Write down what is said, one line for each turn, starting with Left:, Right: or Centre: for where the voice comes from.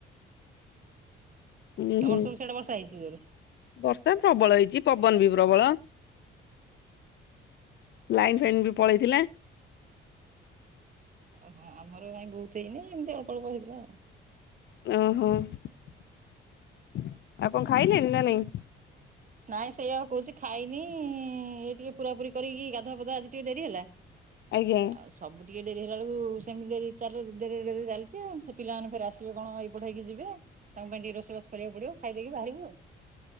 Left: ହୁଁ
Right: ତମର
Left: ହୁଁ
Right: ସବୁ ସିଆଡେ ବର୍ଷା ହେଇଛି ଜୋରେ।
Left: ବର୍ଷା ପ୍ରବଳ ହେଇଛି, ପବନ ବି ପ୍ରବଳ। ଲାଇନ୍ ଫାଇନ୍ ବି ପଳେଇଥିଲା।
Right: ଓହୋ ଆମର କାଇଁ ବହୁତ ହେଇନି। ଏମତି ଅଳ୍ପ ଅଳ୍ପ ହେଇଥିଲା ଆଉ।
Left: ଓହୋ ଆଉ କଣ ଖାଇଲେଣି, ନା ନାଇଁ?
Right: ନାଇଁ ସେଇଆଉକୁ କହୁଛି ଖାଇନି ଏଇ ଟିକେ ପୁରା ପୁରି କରିକି ଗାଧୁଆ ପାଧୁଆ ଆଜି ଟିକେ ଡେରି ହେଲା।
Left: ଆଜ୍ଞା
Right: ଆଉ ସବୁ ଟିକେ ଡେରି ହେଲା ବେଳକୁ ସେମିତି <unintelligible> ଡେରିରେ ଡେରିରେ ଚାଲିଛି ଆଉ। ସେ ପିଲାମାନେ ଫେର୍ ଆସ୍ ସେ କଣ ଏଇପଟ ହେଇକି ଯିବେ? ତାଙ୍କ ପାଇଁ ଟିକେ ରୋଷେଇ ବାସ କରିବାକୁ ପଡିବ। ଖାଇ ଦେଇକି ବାହାରିବୁ ଆଉ।